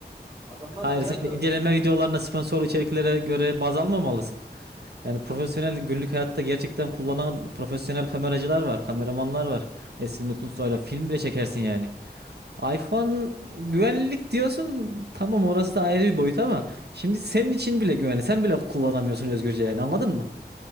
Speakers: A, on the right; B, on the right.
A: Adamlar
B: Hayır,
A: şey yapıyor.
B: sen inceleme videolarına sponsorlu içeriklere göre baz almamalısın. Yani profesyonel günlük hayatta gerçekten kullanan profesyonel kameracılar var, kameramanlar var. Esin Mutlu Usta'yla film bile çekersin yani. iPhone güvenlik diyorsun. Tamam orası da ayrı bir boyut ama şimdi senin için bile güvenli. Sen bile kullanamıyorsun özgürce yani anladın mı?